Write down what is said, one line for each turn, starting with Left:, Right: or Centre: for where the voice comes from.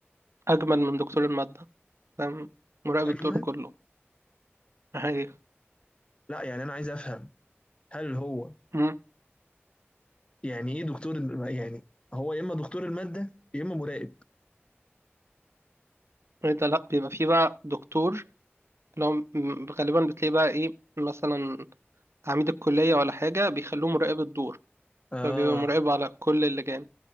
Right: أجمل من دكتور المادة فاهم مراقب
Left: اجمل
Right: الدور كله عادي
Left: لا يعني انا عايز افهم هل هو
Right: مم.
Left: يعني ايه دكتور الم- يعني هو يا اما دكتور المادة يا اما مراقب
Right: إيه ده لأ بيبقى فيه بقى دكتور اللي هو م- غالبا بتلاقيه بقى إيه مثلا عميد الكلية ولا حاجة بيخلوه مراقب الدور
Left: اه
Right: فبيبقى مراقب على كل اللجان